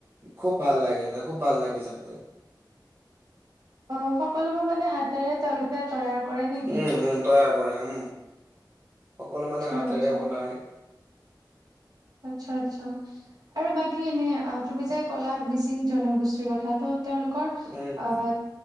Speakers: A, on the right; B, on the right.
A: খুব ভাল লাগে এটা খুব ভাল লাগে জান
B: অ সকলোবোৰ মানে হাতেৰে তেওঁলোকে তৈয়াৰ কৰে নেকি
A: উম উম তৈয়াৰ কৰে উম। সকলো
B: আচ্ছা
A: মানে হাতেৰে
B: আচ্ছা
A: বনাই।
B: আচ্ছা আচ্ছা। আৰু বাকী এনে অ তুমি যে কলা মিচিং জনগোষ্ঠীৰ কথাটো তেওঁলোকৰ
A: উম
B: আহ